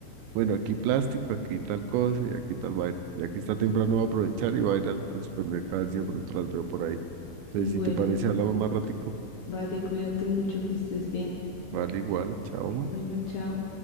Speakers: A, on the right; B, on the left.
A: Bueno, aquí plástico, aquí tal cosa y aquí tal vaina. Ya que está temprano voy a aprovechar y voy a ir al, al supermercado a ver si de pronto las veo por ahí. Entonces,
B: Bueno,
A: si te parece, hablamos más ratico.
B: vale, cuídate mucho, que estés bien.
A: Vale, igual. Chao.
B: Bueno, chao.